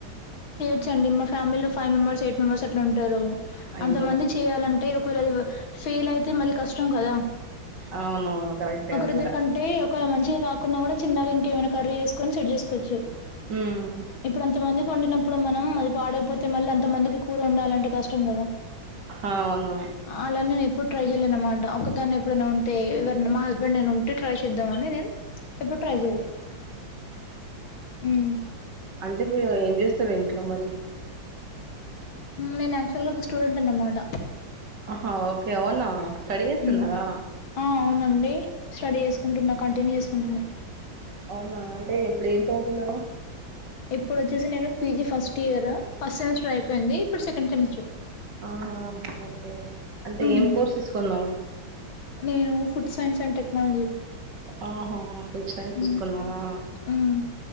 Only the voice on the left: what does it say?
వచ్చండి మా ఫ్యామిలిలో ఫైవ్ మెంబర్స్ ఎయిట్ మెంబెర్స్ అట్లా ఉంటారు
అంతమందికి చేయాలంటే ఒకవేళ అది ఫెయిల్ అయితే మళ్ళీ కష్టం కదా
ఒకరిద్దరికంటే
ఒక వేళ మంచిగా రాకున్నా కూడా చిన్నగా ఇంకేమైనా కర్రీ చేసుకొని సెట్ చేస్కో చ్చు
ఇప్పుడంత కొంతమందికి వండినప్పుడు మనం అది పాడైపోతే మళ్ళీ అంత మందికి కూర వండాలంటే కష్టం కదా
అలా నేను ఎప్పుడు ట్రై చేయలే అనమాట ఒకదాన్ని ఎప్పుడైనా ఉంటే ఎవరన్నా మా హస్బెండ్ నేను ఉంటే ట్రై చేద్దామని నేను ఎప్పుడు ట్రై చేయలే హ్మ్
నేను యాక్చువల్ గా ఒక స్టూడెంట్ అన్నమాట
హ్మ్. ఆ అవునండి స్టడీ చేసుకుంటున్నా కంటిన్యూ చేసుకుంటున్నా
ఇప్పుడు వచ్చేసి నేను PG first year first semester అయిపోయింది ఇప్పుడు సెకండ్ సెమిస్టర్
మ్మ్
నేను ఫుడ్ సైన్స్ అండ్ టెక్నాలజీ
మ్మ్ మ్మ్